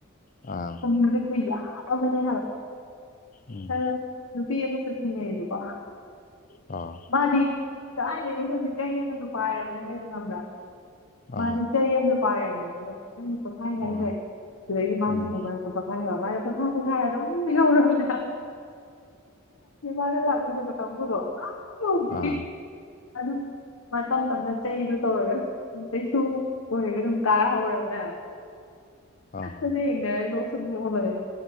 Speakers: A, on the left; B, on the left.
A: ꯑꯥ
B: ꯃꯤꯁꯦ ꯈꯨꯌꯥꯝ ꯑꯃꯅꯦ
A: ꯎꯝ
B: ꯍꯥꯏꯕ ꯅꯨꯄꯤ ꯑꯃꯁꯨ ꯊꯤꯅꯩꯌꯦꯕꯀꯣ
A: ꯑꯥ
B: ꯃꯥꯗꯤ ꯀꯥꯏꯗꯩꯅꯣ ꯈꯪꯗꯦ ꯆꯩ ꯑꯃꯁꯨ ꯄꯥꯏꯔꯕꯅ ꯍꯥꯏꯁꯦ ꯈꯪꯕ꯭ꯔꯥ ꯃꯥꯗꯤ
A: ꯑꯥ
B: ꯆꯩ ꯑꯃꯁꯨ ꯄꯥꯏꯔꯝꯅꯦ ꯑꯗꯣ ꯑꯩꯅ ꯄꯍꯥꯏꯍꯥꯏꯖꯦ
A: ꯑꯥ
B: ꯁꯤꯗꯩꯗꯤ ꯃꯥꯅꯦ
A: ꯎꯝ
B: ꯍꯦꯜꯂꯦ ꯃꯔꯛꯇ ꯄꯣꯊꯥꯏ ꯍꯥꯏꯕ ꯃꯥꯏꯗꯤ ꯄꯣꯊꯥ ꯄꯣꯊꯥꯔ ꯑꯗꯨꯝ ꯌꯧꯔꯕꯅꯦ ꯃꯒ ꯂꯥꯛꯃꯤꯟꯅꯕ ꯀꯥꯡꯕꯨꯗꯣ ꯑꯥ ꯌꯧꯒ꯭ꯔꯤꯅꯦ
A: ꯑꯥ
B: ꯑꯗꯨꯝ ꯃꯥ ꯇꯝ ꯇꯝꯅ ꯆꯩꯗꯣ ꯇꯧꯔꯒ ꯑꯗꯨꯝ ꯆꯩꯁꯨ ꯑꯣꯏꯔꯒ ꯑꯗꯨꯝ ꯇꯥꯔꯛ ꯍꯧꯔꯕꯅꯦ ꯑꯩꯈꯣꯏꯁꯦ
A: ꯑꯥ
B: ꯌꯦꯡꯅꯔꯒ ꯅꯣꯛꯁꯨ ꯅꯣꯛ ꯑꯕꯅꯦ